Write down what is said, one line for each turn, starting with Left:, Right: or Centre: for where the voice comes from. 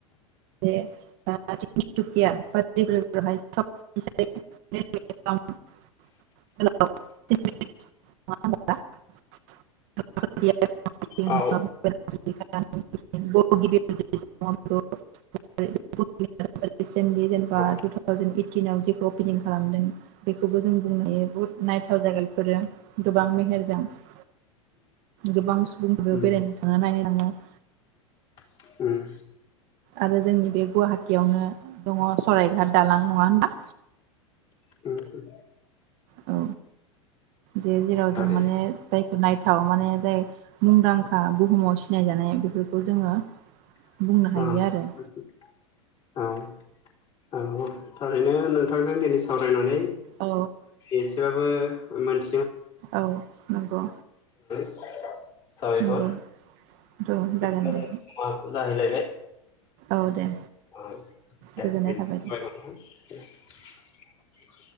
Right: <unintelligible> <unintelligible> <unintelligible>
Left: औ
Right: <unintelligible> <unintelligible> <unintelligible> जेनबा टु थावजेेन ओइतिनाव जेखौ अपेनिं
Left: औ
Right: खालामदों <unintelligible> जों बुंनो हायो <unintelligible> <unintelligible> गोबां मेहेर <unintelligible> गोबां सुबुंफोर
Left: उम
Right: बेरायनो थांङो नायनो <unintelligible>
Left: <unintelligible>
Right: आरो जोंनि बे गुवाहाटियावनो दङ' स'रायघाट दालां नङा होनबा।
Left: <unintelligible>
Right: औ जे जेराव
Left: थारै
Right: जों माने जाय नायथाव माने जाय मुंदांखा बुहुमाव सिनायजानाय बेफोरखौ जोङो।
Left: <unintelligible>
Right: बुंनो हायो
Left: औ। <unintelligible>
Right: आरो
Left: थारैनो नोंथांजों दिनै सावरायनानै <unintelligible>
Right: औ
Left: ओ मोन
Right: औ नंगौ
Left: <unintelligible> <inaudible> साबायखर।
Right: नंगौ
Left: <unintelligible>
Right: औ जागोन दे
Left: जाहैलायबाय।
Right: औ दे।
Left: <unintelligible>
Right: गोजोननाय थाबाय दे